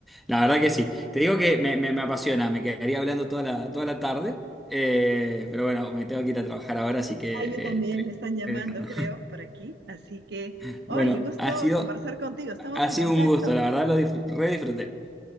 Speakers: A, in the centre; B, on the right.
A: La verdad que sí. Te digo que me, me- me apasiona, me quedaría hablando toda la, toda la tarde, eh, pero bueno, me tengo que ir a trabajar ahora, así que
B: Ah, yo también
A: eh, te-
B: me están llamando,
A: te dejando.
B: creo, por aquí. Así que,
A: <laughs>
B: oye,
A: Bueno,
B: gusto
A: ha sido,
B: conversar contigo. Estamos
A: ha sido
B: en contacto.
A: un gusto, la verdad lo disfr- re disfruté.